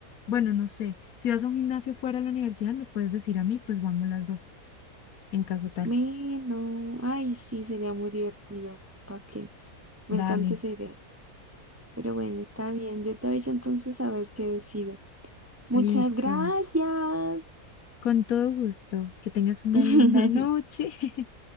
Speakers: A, on the left; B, on the right.
A: bueno, no sé, si vas a un gimnasio fuera de la universidad me puedes decir a mí, pues vamos las dos, en caso tal.
B: Bueno, ay, sí, sería muy divertido. ¿Para qué? Me encanta
A: Dale,
B: esa idea. Pero bueno, está bien. Yo te aviso entonces a ver qué decido. Muchas
A: listo.
B: gracias.
A: Con todo gusto. Que tengas una
B: <laughs>
A: linda noche. <laughs>